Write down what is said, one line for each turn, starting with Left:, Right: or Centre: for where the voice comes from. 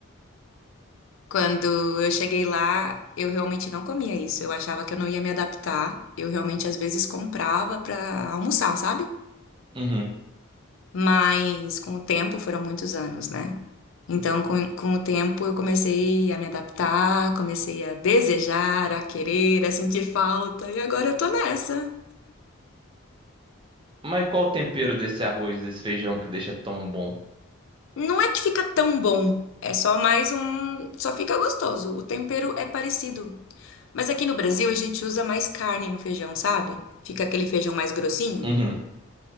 Left: Quando eu cheguei lá, eu realmente não comia isso. Eu achava que eu não ia me adaptar. Eu realmente às vezes comprava pra almoçar, sabe?
Right: Uhum.
Left: Mas com o tempo, foram muitos anos, né? Então, com, com o tempo, eu comecei a me adaptar, comecei a desejar, a querer, a sentir falta, e agora eu tô nessa.
Right: Mas qual o tempero desse arroz, desse feijão que deixa tão bom?
Left: Não é que fica tão bom, é só mais um. Só fica gostoso. O tempero é parecido. Mas aqui no Brasil, a gente usa mais carne no feijão, sabe? Fica aquele feijão mais grossinho.
Right: Uhum.